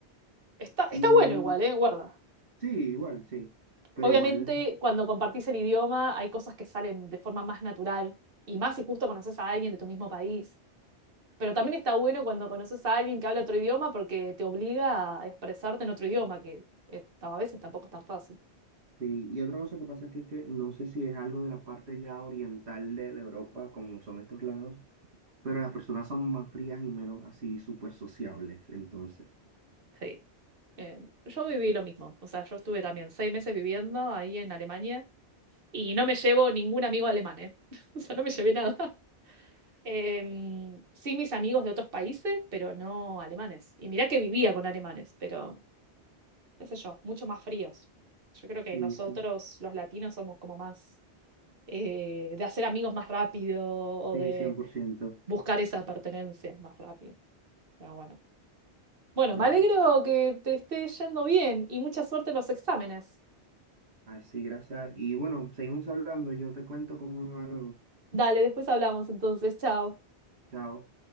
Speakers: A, on the right; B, on the right.
A: está,
B: Y
A: está bueno igual, ¿eh? Guarda.
B: sí, igual, sí. Pero
A: Obviamente,
B: igual.
A: cuando compartís el idioma, hay cosas que salen de forma más natural y más si justo conoces a alguien de tu mismo país. Pero también está bueno cuando conoces a alguien que habla otro idioma porque te obliga a expresarte en otro idioma, que eh, a veces tampoco es tan fácil.
B: Sí, y otra cosa que pasa aquí que no sé si es algo de la parte ya oriental de, de Europa, como son estos lados, pero las personas son más frías y menos así súper sociables, entonces.
A: Sí. Eh, yo viví lo mismo, o sea, yo estuve también seis meses viviendo ahí en Alemania Y no me llevo ningún amigo alemán, ¿eh? <laughs> O sea, no me llevé nada. <laughs> Em, sí, mis amigos de otros países, pero no alemanes. Y mirá que vivía con alemanes, pero, qué sé yo, mucho más fríos. Yo creo que
B: Sí,
A: nosotros,
B: sí,
A: los latinos, somos como más eh, de hacer amigos más rápido o
B: sí,
A: de
B: cien por ciento,
A: buscar esa pertenencia más rápido. Pero bueno. Bueno,
B: tal
A: me alegro
B: cual.
A: que te esté yendo bien y mucha suerte en los exámenes.
B: Así, gracias. Y bueno, seguimos hablando, yo te cuento cómo me va luego.
A: Dale, después hablamos entonces. Chao.
B: Chao.